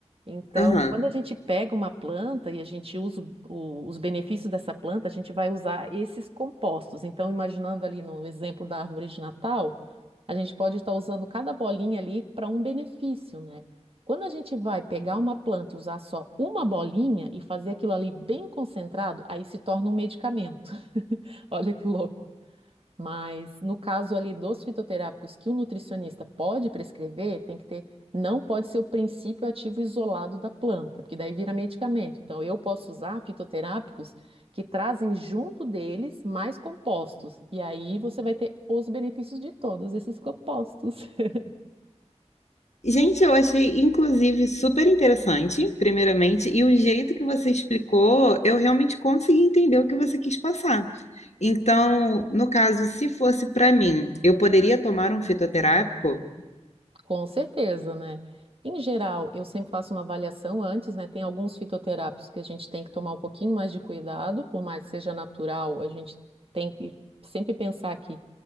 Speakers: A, on the right; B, on the left.
A: Então,
B: Aham.
A: quando a gente pega uma planta e a gente usa o- o- os benefícios dessa planta, a gente vai usar esses compostos. Então, imaginando ali no exemplo da árvore de Natal, a gente pode estar usando cada bolinha ali para um benefício, né? Quando a gente vai pegar uma planta e usar só uma bolinha e fazer aquilo ali bem concentrado, aí se torna um medicamento. <laughs> Olha que louco. Mas no caso ali dos fitoterápicos que o nutricionista pode prescrever, tem que ter, não pode ser o princípio ativo isolado da planta, porque daí vira medicamento. Então eu posso usar fitoterápicos que trazem junto deles mais compostos, e aí você vai ter os benefícios de todos esses compostos. <laughs>
B: Gente, eu achei inclusive super interessante, primeiramente, e o jeito que você explicou, eu realmente consegui entender o que você quis passar. Então, no caso, se fosse para mim, eu poderia tomar um fitoterápico?
A: Com certeza, né? Em geral, eu sempre faço uma avaliação antes, né? Tem alguns fitoterápicos que a gente tem que tomar um pouquinho mais de cuidado, por mais que seja natural, a gente tem que sempre pensar que